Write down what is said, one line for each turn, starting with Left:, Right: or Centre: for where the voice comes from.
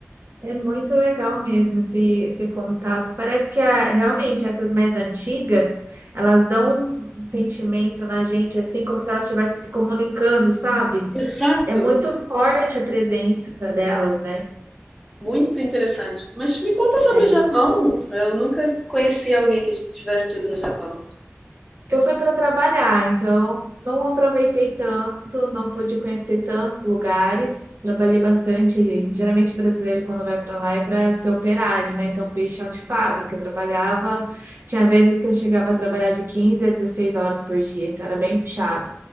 Right: É muito legal mesmo esse, esse contato. Parece que a- realmente essas mais antigas, elas dão um um sentimento na gente, assim como se elas estivessem se comunicando, sabe?
Centre: Exato.
Right: É muito forte a presença delas, né?
Centre: Muito interessante. Mas me conta sobre
Right: É.
Centre: o Japão. Eu nunca conheci alguém que tivesse tido no Japão.
Right: Eu fui para trabalhar, então não aproveitei tanto, não pude conhecer tantos lugares. Trabalhei bastante. Geralmente o brasileiro quando vai para lá é para ser operário, né? Então fui chão de fábrica, trabalhava. Tinha vezes que eu chegava a trabalhar de 15 a 16 horas por dia, então era bem puxado.